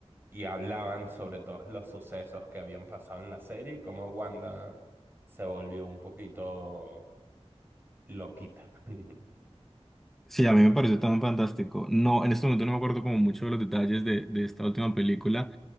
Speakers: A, on the right; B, in the centre.
A: y hablaban sobre todos los sucesos que habían pasado en la serie y cómo Wanda se volvió un poquito loquita. <laughs>
B: Sí, a mí me pareció tan fantástico. No, en este momento no me acuerdo como mucho de los detalles de, de esta última película,